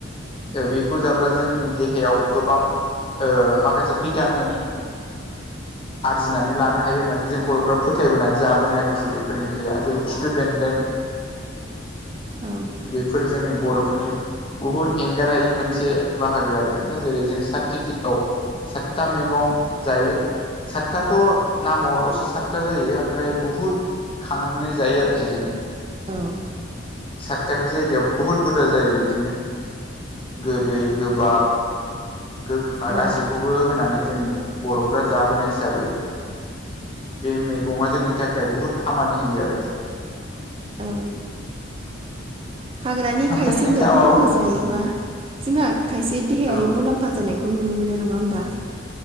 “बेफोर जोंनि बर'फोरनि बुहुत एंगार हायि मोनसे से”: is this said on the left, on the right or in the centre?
Left